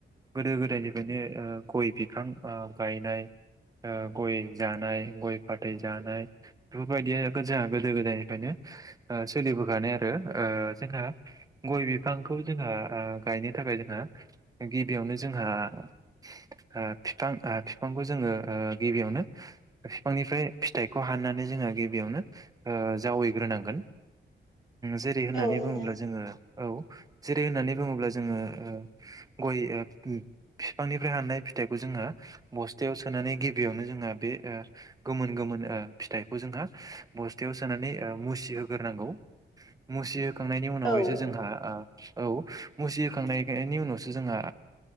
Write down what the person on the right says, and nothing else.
गोदो गोदायनि फ्रायनो ओ गइ बिफां ओ गायनाय ओ गइ जानाय गइ फाथै जानाय बेफोरबायदि जोंहा गोदो गोदायनिफ्रायनो ओ सोलिबोखानाय आरो ओ जोंहा गइ बिफांखौ जोंहा गायनो थाखाय जोंहा गिबियावनो जोंहा ओ फिफां ओ फिफांखौ जोङो ओ गिबियावनो बिफांनिफ्राय फिथाइखौ हाननानै जोङो गिबियावनो ओ जावैग्रोनांगोन। जेरै होननानै
बुङोब्ला जोङो औ जेरै होननानै बुङोब्ला जोङो गइ फिफांनिफ्राय हाननाय फिथाइखौ जोङो बस्थायाव सोनानै गिबियावनो जोंहा बे गोमोन गोमोन ओ फिथाइखौ जोंहा बस्थायाव ओ सोनानै मुसिहोग्रोनांगौ मुसि खांनायनि उनावहायसो
जोंहा औ मुसिखांनायनिनायनि उनावसो जोंहा